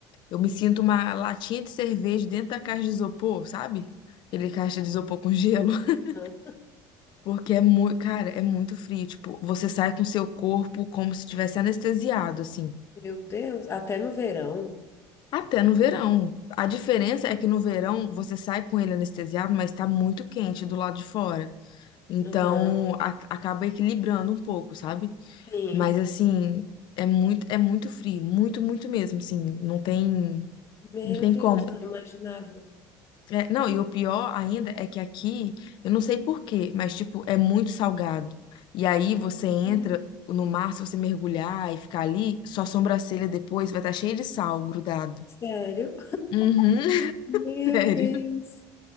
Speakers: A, on the left; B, on the left.
A: Eu me sinto uma latinha de cerveja dentro da caixa de isopor, sabe? Aquele caixa de isopor com gelo. <laughs>
B: Aham.
A: Porque é muito, cara, é muito frio. Tipo, você sai com seu corpo como se tivesse anestesiado, assim.
B: Meu Deus, até no verão.
A: Até no verão. A diferença
B: Que lou-
A: é que no verão você sai com ele anestesiado, mas tá muito quente do lado de fora. Então
B: Aham.
A: a- acaba equilibrando um pouco, sabe?
B: Sim.
A: Mas assim, é muito, é muito frio, muito, muito mesmo, assim, não tem,
B: Meu
A: não tem
B: Deus,
A: como.
B: não imaginava.
A: É, não, e o pior ainda é que aqui, eu não sei por quê, mas tipo, é muito salgado. E aí você entra
B: Ah,
A: no mar, se você mergulhar e ficar ali, sua sobrancelha depois vai estar cheia de sal grudado.
B: sério?
A: Uhum,
B: Meu
A: <laughs> sério.
B: Deus.